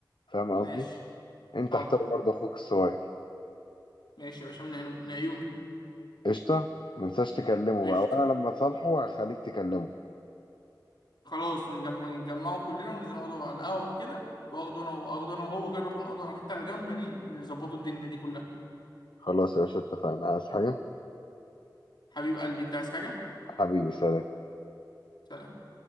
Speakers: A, on the left (about 85°); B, on the left (about 70°).
A: فاهم قصدي
B: ماشي
A: انت
B: حاضر
A: احترم برضه اخوك الصغير
B: ماشي يا باشا من عيونه من عيوني
A: قشطه ما تنساش تكلمه
B: قشطة
A: بقى وانا لما تصالحه هخليك تكلمه
B: خلاص نجمع نجمعه كلنا وننزل نقعدوا على القهوه كده واخده انا وهو- اخده انا وهو كده نروح نقعدوا على حته على جنب ن- نظبطوا الدنيا دي كلها
A: خلاص يا باشا اتفقنا عايز حاجه
B: حبيب قلبي انت عايز حاجه
A: حبيبي سلام
B: سلام